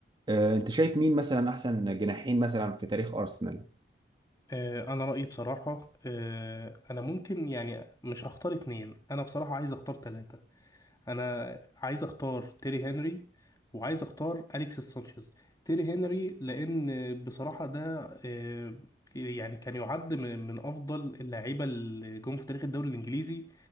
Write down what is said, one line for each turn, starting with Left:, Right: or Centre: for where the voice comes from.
Right: آه، انت شايف مين مثلا احسن جناحين مثلا في تاريخ ارسنال
Left: آه، أنا رأيي بصراحة آه، أنا ممكن يعني مش هختار اتنين أنا بصراحة عايز أختار تلاتة انا عايز اختار تيري هنري وعايز اختار اليكس سانشيز تيري هنري لان بصراحه ده آه، يعني كان يعد من من افضل اللعيبه اللي جم في تاريخ الدوري الانجليزي